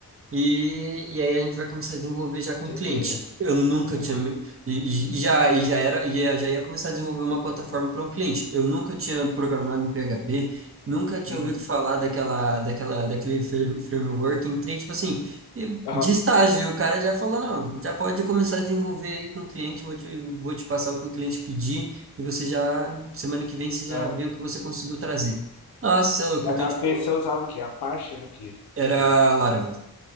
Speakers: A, on the right; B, on the left.
A: E, e aí a gente vai começar a desenvolver já com
B: Silveira.
A: o cliente. Eu nunca
B: Uhum.
A: tinha... E, e já, e já era... E já já ia começar a desenvolver uma plataforma para um cliente. Eu nunca tinha programado em PHP. Nunca tinha
B: Uhum.
A: ouvido falar daquela, daquela, daquele frame- framework. Entrei, tipo assim,
B: Aham.
A: de estágio. E o cara já falou, não, já pode começar a desenvolver aí com o cliente. Vou te, vou te passar o que o cliente pedir e você já, semana que vem, você já
B: Ah,
A: vê o que você conseguiu trazer. Nossa, você é louco.
B: HP
A: Então, tipo,
B: você usava o quê? Apache era o quê?
A: era
B: Né?
A: Laravel.